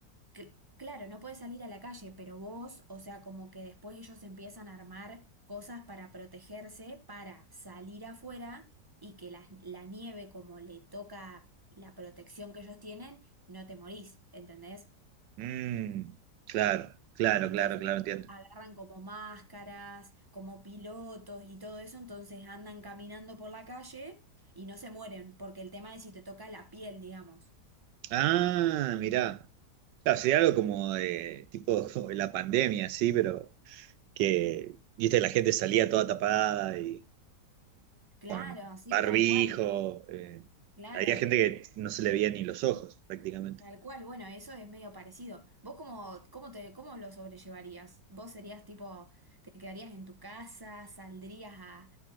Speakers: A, on the right; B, on the right.
A: cl- claro, no puedes salir a la calle, pero vos, o sea, como que después ellos empiezan a armar cosas para protegerse, para salir afuera y que la, la nieve, como le toca la protección que ellos tienen, no te morís, ¿entendés?
B: Mm, Claro, claro,
A: Entonces
B: claro, claro, entiendo.
A: agarran como máscaras, como pilotos y todo eso, entonces andan caminando por la calle y no se mueren, porque el tema es si te toca la piel, digamos.
B: Ah, mirá. Claro, sería algo como de tipo <laughs> la pandemia, sí, pero que, viste, la gente salía toda tapada y
A: Claro,
B: con
A: sí,
B: barbijo.
A: tal cual,
B: eh,
A: claro,
B: había gente que no se le veía ni los ojos, prácticamente.
A: tal cual. Bueno, eso es medio parecido. ¿Vos cómo, cómo te, cómo lo sobrellevarías? ¿Vos serías tipo, te quedarías en tu casa, saldrías a,